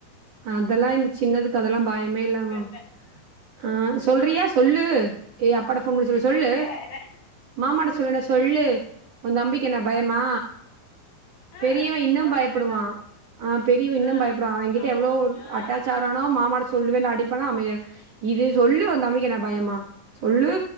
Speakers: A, on the right; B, on the left.
A: அதெல்லா இந்த சின்னதுக்கு அதெல்லா பயமே இல்லமா
B: கல்ல
A: ஆ சொல்றியா சொல்லூ ஏ அப்பாட்ட ஃபோன் பண்ணி சொல்லு சொல்லு
B: சொல்லிக்க என்ன
A: மாமாட்ட சொல்ற சொல்லு ஒந்தம்பிக்கென்ன பயமா
B: ஆ
A: பெரியவ இன்னு
B: அப்டி
A: பயப்படுவா
B: சொல்லிர்றது
A: ஆ பெரியவ இன்னு
B: ஆ
A: பயப்படுவா அவங்கிட்
B: ஆமா
A: எவ்ளோ
B: ஆ
A: அட்டாச்சாகரா மாமாட்ட சொல்லுவேன் அடிப்பனா அமைதியாயிடு இது சொல்லு ஒந்தம்பிக்கென்ன பயமா சொல்லு